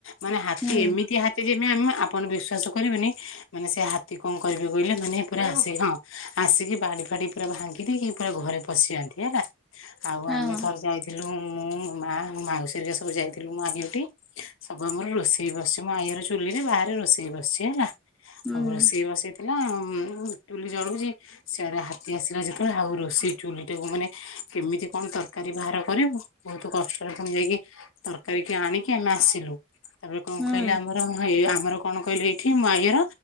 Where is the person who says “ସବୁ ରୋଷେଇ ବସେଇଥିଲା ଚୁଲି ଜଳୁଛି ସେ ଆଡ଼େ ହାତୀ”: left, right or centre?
Left